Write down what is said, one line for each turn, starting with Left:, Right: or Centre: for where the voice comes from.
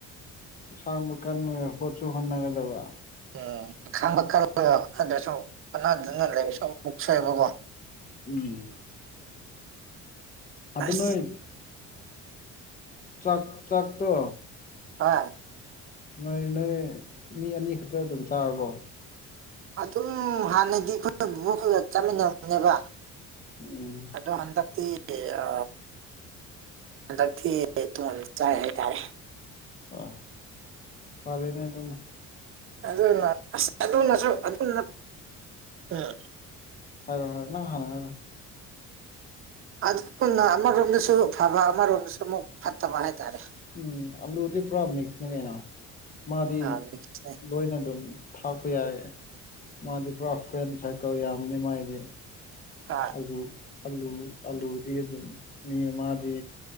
Left: ꯈꯥꯡꯕ ꯀꯥꯟ ꯍꯣꯠꯁꯨ ꯍꯣꯠꯅꯒꯗꯕ
Right: ꯎꯝ ꯈꯥꯡꯕ ꯑꯗꯨ꯭ꯔꯁꯨ ꯍꯣꯠꯅꯗꯨꯅ ꯂꯩꯕꯁꯨ ꯃꯨꯛꯁꯑꯕꯀꯣ
Left: ꯎꯝ ꯑꯗꯨ
Right: ꯑꯁ
Left: ꯅꯣꯏ ꯆꯥꯛ ꯆꯥꯛꯇꯣ
Right: ꯑ
Left: ꯅꯣꯏ ꯅꯣꯏ ꯃꯤ ꯑꯅꯤ ꯈꯛꯇ ꯑꯗꯨꯝ ꯆꯥꯔꯕꯣ
Right: ꯑꯗꯨꯝ ꯍꯥꯟꯅꯗꯤ ꯑꯩꯈꯣꯏꯅ ꯚ ꯈꯨꯂ ꯆꯠꯃꯤꯟꯅꯕꯅꯦꯕ
Left: ꯎꯝ
Right: ꯑꯗꯨꯗꯣ ꯑꯟ ꯊ ꯑ ꯍꯟꯗꯛꯇꯤ ꯇꯨꯡ ꯆꯥꯏ ꯍꯥꯏꯇꯥꯔꯦ
Left: ꯑ ꯐꯦꯅꯤꯇ
Right: ꯑꯗꯨꯅ ꯑꯁ ꯑꯗꯨꯅꯁꯨ ꯑꯗꯨꯅ ꯎꯝ
Left: ꯍꯔ ꯍꯣꯏ ꯍ ꯍꯥꯏꯔ
Right: ꯑꯗꯨꯒꯅ ꯑꯃꯔꯣꯝꯗꯁꯨ ꯑꯐꯕ ꯑꯃꯔꯣꯝꯗꯁꯨ ꯑꯃꯨꯛ ꯐꯠꯇꯕ ꯍꯥꯏꯇꯥꯔꯦ
Left: ꯎꯝ ꯑꯂꯨꯗꯤ ꯄꯨꯔꯥ ꯃꯤꯛꯁꯅꯦ ꯀꯩꯅꯣ ꯃꯥꯗꯤ
Right: ꯑꯥ, ꯃꯤꯛꯁꯅꯦ
Left: ꯂꯣꯏꯅ ꯑꯗꯨꯝ ꯊꯥꯛꯄ ꯌꯥꯏ ꯃꯥꯗꯤ ꯄꯨꯔꯥ ꯐ꯭ꯔꯦꯟ ꯁꯥꯔꯀꯜ ꯌꯥꯝꯕꯅꯤ ꯃꯥꯏꯗꯤ
Right: ꯑꯥ,
Left: ꯑꯗꯨꯗ ꯑꯂꯨ ꯑꯂꯨꯗꯤ ꯑꯗꯨꯝ ꯃꯤ ꯑꯃꯗꯤ